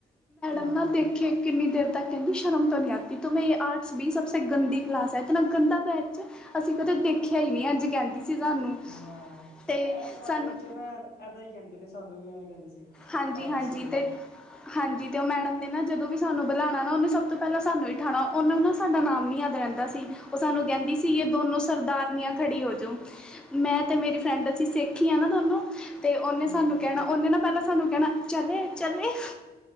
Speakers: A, on the left; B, in the centre.
A: ਹਾਂ
B: ਨਾ ਦੇਖੇ ਕਿੰਨੀ ਦੇਰ ਤੱਕ ਕਹਿੰਦੀ ਸ਼ਰਮ ਤੋਂ ਨਹੀਂ ਆਤੀ ਤੁੰਮੇ ਆਰਟਸ ਵੀ ਸਭਸੇ ਗੰਦੀ ਕਲਾਸ ਹੈ ਇਤਨਾ ਗੰਦਾ ਬੈਚ ਅਸੀਂ ਕਦੇ ਦੇਖਿਆ ਹੀ ਨਹੀਂ ਇੰਝ ਕਹਿੰਦੀ ਸੀ ਸਾਨੂੰ
A: ਹਾਂ
B: ਤੇ
A: ਇਹ ਸਾਰੇ
B: ਸਾਨੂੰ
A: ਟੀਚਰ ਨਾ ਇਦਾਂ ਹੀ ਕਹਿੰਦੇ ਨੇ ਸਾਨੂੰ ਵੀ ਐਵੇਂ ਕਹਿੰਦੇ ਸੀ
B: ਹਾਂਜੀ
A: ਆਰਟਸ
B: ਹਾਂਜੀ
A: ਵਾਲੇ
B: ਤੇ ਹਾਂਜੀ ਤੇ ਉਹ ਮੈਂ ਮੈਡਮ ਨੇ ਨਾ ਜਦੋਂ ਵੀ ਸਾਨੂੰ ਬੁਲਾਉਣਾ ਨਾ ਉਹਨੇ ਸਭ ਤੋਂ ਪਹਿਲਾਂ ਸਾਨੂੰ ਹੀ ਉਠਾਉਣਾ ਉਹਨੂੰ ਨਾ ਸਾਡਾ ਨਾਮ ਨੀ ਯਾਦ ਰਹਿੰਦਾ ਸੀ ਉਹ ਸਾਨੂੰ ਕਹਿੰਦੀ ਸੀ ਇਹ ਦੋਨੋ ਸਰਦਾਰਨੀਆਂ ਖੜੀ ਹੋ ਜੋ ਮੈਂ ਤੇ ਮੇਰੀ ਫਰੈਂਡ ਅਸੀਂ ਸਿੱਖ ਈ ਆਂ ਨਾਂ ਦੋਨੋਂ ਤੇ ਉਹਨੇ
A: ਹਾਂਜੀ
B: ਸਾਨੂੰ ਕਹਿਣਾ ਉਹਨੇ ਨਾ ਪਹਿਲਾਂ ਸਾਨੂੰ ਕਹਿਣਾ ਚੱਲੇ ਚੱਲੇ